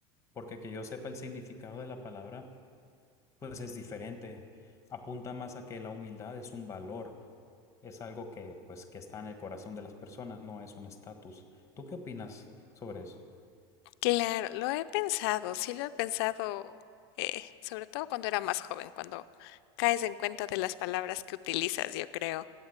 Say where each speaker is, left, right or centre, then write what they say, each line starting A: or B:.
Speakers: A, on the left (about 20°); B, on the left (about 70°).
A: porque que yo sepa el significado de la palabra pues es diferente. Apunta más a que la humildad es un valor, es algo que pues que está en el corazón de las personas, no es un estatus. ¿Tú qué opinas sobre eso?
B: Claro, lo he pensado, sí lo he pensado, eh, sobre todo cuando era más joven, cuando caes en cuenta de las palabras que utilizas, yo creo.